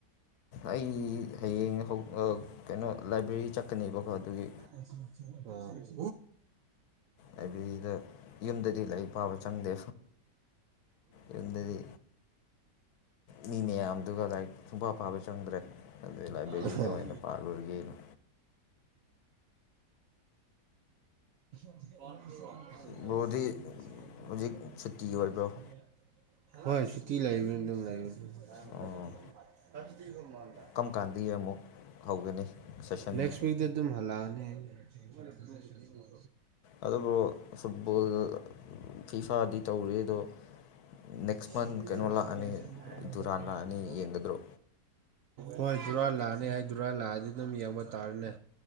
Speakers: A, on the left (about 70°); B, on the right (about 70°).
A: ꯑꯩ ꯍꯌꯦꯡ ꯀꯩꯅꯣ ꯂꯥꯏꯕ꯭ꯔꯦꯔꯤ ꯆꯠꯀꯅꯦꯕꯀꯣ ꯑꯗꯨꯒꯤ
B: ꯑꯝ
A: ꯑꯩꯕꯤꯗ ꯌꯨꯝꯗꯗꯤ ꯂꯩ ꯄꯥꯕ ꯆꯪꯗꯦ ꯌꯗꯤ ꯃꯤ ꯃꯌꯥꯝꯗꯨꯒ ꯂꯥꯏꯔꯤꯛ ꯁꯨꯡꯐ ꯄꯥꯕ ꯆꯪꯗ꯭ꯔꯦ ꯑꯩ ꯂꯥꯏꯕ꯭ꯔꯦꯔꯤꯗ
B: ꯑꯣ
A: ꯑꯣꯏꯅ ꯄꯥꯜꯂꯨꯔꯒꯦꯅ
B: <unintelligible>
A: ꯕ꯭ꯔꯣꯗꯤ ꯍꯧꯖꯤꯛ ꯁꯨꯇꯤ ꯑꯣꯏꯕ꯭ꯔꯣ
B: ꯍꯣꯏ ꯁꯨꯇꯤ ꯂꯩꯕꯅꯤ ꯑꯗꯨꯝ ꯂꯩꯥꯛꯕ
A: ꯑꯣ ꯀꯔꯝ ꯀꯥꯟꯗꯒꯤ ꯑꯃꯨꯛ ꯍꯧꯒꯅꯤ ꯁꯦꯁꯟꯗꯤ
B: ꯅꯦꯛꯁ ꯋꯤꯛꯗ ꯑꯗꯨꯝ ꯍꯜꯂꯛꯑꯅꯤ <unintelligible>
A: ꯑꯗꯨꯕꯨ ꯐꯨꯠꯕꯣꯜ ꯐꯤ ꯐꯥꯗꯤ ꯇꯧꯔꯤ ꯑꯗꯣ ꯅꯦꯛꯁ
B: <unintelligible>
A: ꯃꯟ ꯀꯩꯅꯣ ꯂꯥꯛꯑꯅꯤ ꯗꯨꯔꯥꯟ ꯂꯥꯛꯑꯅꯤ ꯌꯦꯡꯒꯗ꯭ꯔꯣ
B: ꯍꯣꯏ ꯈꯔ ꯂꯥꯛꯑꯅꯤ ꯍꯥꯏꯗꯨꯔꯥ ꯂꯥꯛꯑꯗꯤ ꯑꯗꯨꯝ ꯌꯦꯡꯕ ꯇꯥꯔꯅꯦ